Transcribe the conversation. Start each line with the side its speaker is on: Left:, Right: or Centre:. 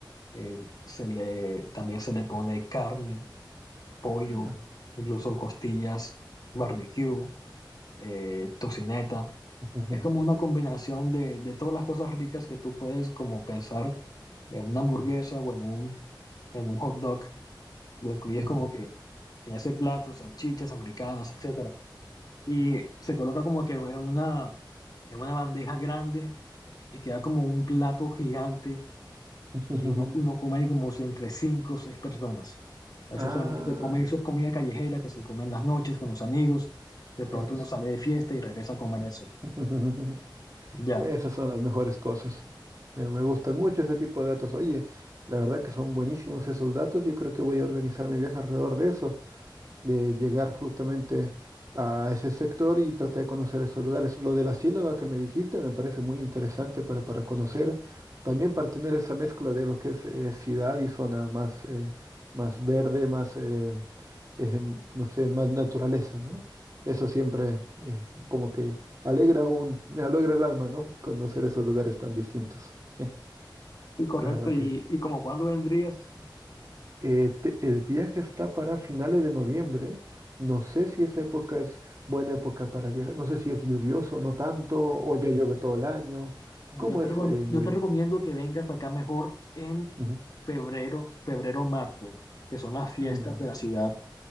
Left: eh, se le, también se le pone carne, pollo,
Right: Ah,
Left: incluso costillas, barbecue. eh, tocineta.
Right: <laughs> ujú, ujú,
Left: Es como una combinación de, de todas las cosas ricas que tú puedes como pensar en una hamburguesa
Right: ujú.
Left: o en un, en un hot dog. Lo incluyes
Right: ujú.
Left: como que en ese plato, salchichas americanas, etcétera. Y se coloca como que en una, en una bandeja grande y queda como un plato gigante
Right: <laughs>
Left: y uno, uno come ahí como si entre cinco o seis personas. Eso
Right: Ah,
Left: solamente se come, eso es comida callejera que se come en las noches con los amigos. De pronto
Right: eso.
Left: uno sale de fiesta y regresa a comer eso.
Right: <laughs>
Left: Ya.
Right: Esas son las mejores cosas. Me, me gustan mucho ese tipo de datos. Oye, la verdad que son buenísimos esos datos. Yo creo que voy a organizar mi viaje alrededor de eso. de llegar justamente a ese sector y tratar de conocer esos lugares. Lo de la ciénaga que me dijiste me parece muy interesante para, para conocer, también para tener esa mezcla de lo que es eh, ciudad y zona más, eh, más verde, más, eh, ejem- no sé, más naturaleza, ¿no? Eso siempre eh, como que alegra un, alegra el alma, ¿no? Conocer esos lugares tan distintos. <laughs> La
Left: Sí, correcto.
Right: verdad
Left: Y,
Right: que sí.
Left: y como cuándo vendrías,
Right: Eh, te- el viaje está para finales de noviembre. No sé si esa época es buena época para viajar. No sé si es lluvioso, no tanto, o ya llueve todo el año.
Left: Bueno,
Right: ¿Cómo
Left: yo te,
Right: es
Left: recom-
Right: eh, en
Left: yo
Right: noviembre?
Left: te recomiendo que vengas acá mejor en
Right: Ujú.
Left: febrero, febrero, marzo, que son las fiestas
Right: Mm.
Left: de la ciudad